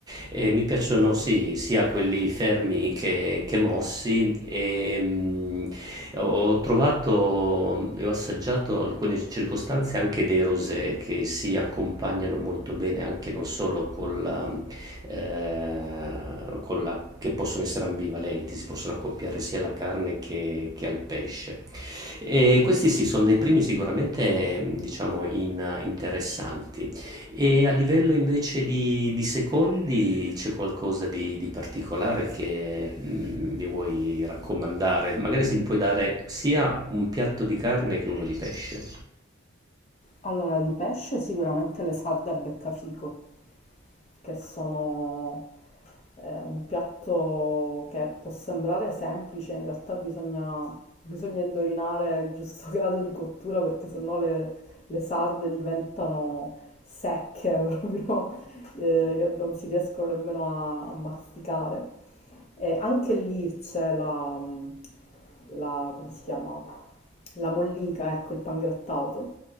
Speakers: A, on the right (about 20°); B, on the left (about 30°).
A: Eh, mi piacciono sì, sia quelli fermi che, che mossi. E, mm, ho trovato e ho assaggiato alcune circostanze anche dei rosé che si accompagnano molto bene anche non solo con la, eh, con la- che possono essere ambivalenti, si possono accoppiare sia alla carne che, che al pesce. E questi sì, sono dei primi sicuramente, mm, diciamo, in- interessanti. E a livello invece di, di secondi c'è qualcosa di, di particolare che mm, mi vuoi raccomandare? Magari si puoi dare sia un piatto di carne che uno di pesce.
B: Allora, di pesce sicuramente le sarde a beccafico. che sono eh, un piatto che può sembrare semplice, in realtà bisogna, bisogna indovinare il giusto <laughs> grado di cottura perché sennò le, le sarde diventano secche <laughs> proprio, eh, che non si riescono nemmeno a a masticare. E anche lì c'è la, mm, la- come si chiama? La mollica, ecco, il pangrattato,